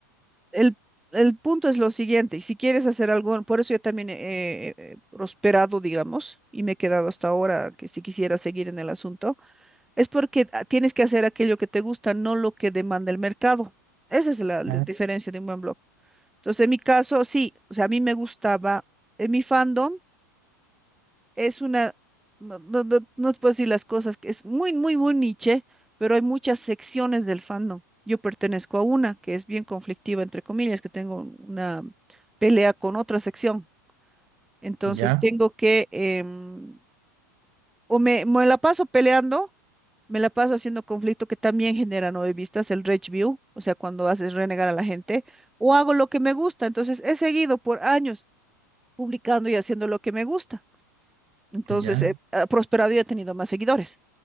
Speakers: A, in the centre; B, on the right.
A: el, el punto es lo siguiente, y si quieres hacer algo, por eso yo también he he- he prosperado, digamos, y me he quedado hasta ahora, que si quisiera seguir en el asunto, es porque ah, tienes que hacer aquello que te gusta, no lo que demanda el mercado. Esa es la la
B: ya,
A: diferencia de un buen blog. Entonces, en mi caso, sí, o sea, a mí me gustaba en mi fandom es una, no, no, no, no te puedo decir las cosas, que es muy, muy, muy niche, pero hay muchas secciones del fandom. Yo pertenezco a una que es bien conflictiva, entre comillas, que tengo una pelea con otra sección. Entonces
B: ya,
A: tengo que, em, o me, me la paso peleando, me la paso haciendo conflicto que también genera nueve vistas, el rage view, o sea, cuando haces renegar a la gente, o hago lo que me gusta. Entonces he seguido por años publicando y haciendo lo que me gusta. Entonces,
B: ya.
A: Ujú. eh, ha prosperado y he tenido más seguidores.